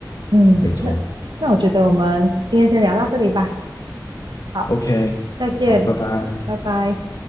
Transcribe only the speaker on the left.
没错。
OK，
好，拜拜。